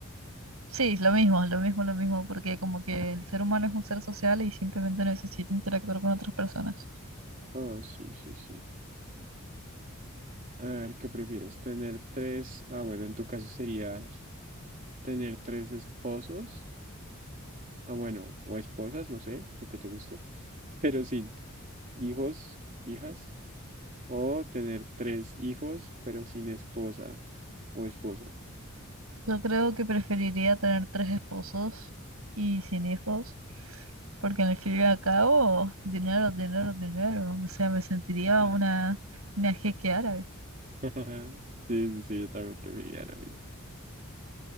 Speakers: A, on the right; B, on the right.
A: Sí, lo mismo, lo mismo, lo mismo, porque como que el ser humano es un ser social y simplemente necesita interactuar con otras personas.
B: Ah, sí, sí, sí. A ver, ¿qué prefieres? ¿Tener tres? Ah, bueno, en tu caso sería tener tres esposos. Ah, bueno, o esposas, no sé, lo que te guste. <laughs> Pero sin hijos, hijas. O tener tres hijos, pero sin esposa o esposo.
A: Yo creo que preferiría tener tres esposos y sin hijos, porque al fin y al cabo, dinero, dinero, dinero. O sea, me sentiría
B: Ajá.
A: una, una jeque árabe.
B: <laughs> Sí, sí, sí, yo también preferiría lo mismo.